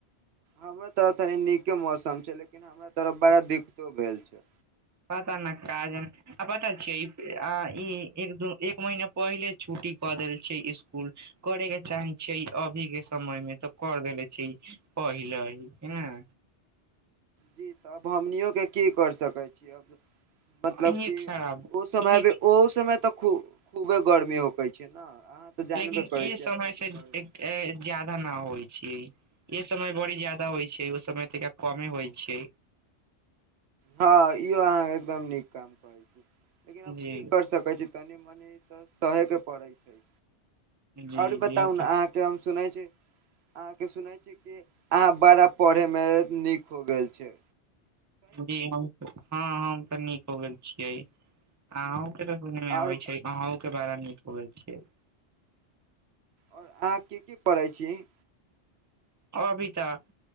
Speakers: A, on the right; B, on the right.
A: हमरो तरफ तनी नीके मौसम छै लेकिन हमरा तरफ बड़ा दिकतो भेल छै।
B: पता न काज आ पता छियै ई एक दु एक महीना पहिले छुट्टी कऽ देल छै इसकुल। करै के चाहे छियै अभी के समय मे त कर देले छै पहिले हं
A: जी तऽ अब हमनियोके की कर सकैत छियै अब मतलब
B: इहे
A: कि
B: खराब
A: ओ समय
B: इहे
A: भी, ओहो समय तऽ खूब खूबे गर्मी होकै छै ने अहाँ तऽ जानबे
B: लेकिन
A: करै
B: ए
A: छियै
B: समय
A: आजकलके
B: से
A: गर्मी
B: ज्यादा न होइ छै। ए समय बड़ी ज्यादा होइ छै ओ समय ता कमे होइ छै।
A: हँ इहो अहाँ एकदम नीक काम करैत छी लेकिन आब
B: जी
A: की कर सकैत छी। कनी मनी तऽ सहे के पड़ैत छै।
B: जी
A: और बताउ
B: जी
A: ने अहाँके हम सुनै छी अहाँके सुनैत छी कि अहाँ बड़ा पढ़यमे नीक हो गेल छी।
B: जी हँ हम तऽ नीक हो गेल छियै आ हम सुन मे
A: आओर
B: आबै छै अहं के बारा नीक लगै छै।
A: औश्र अहाँ के कि पढ़ै छी?
B: अभी तऽ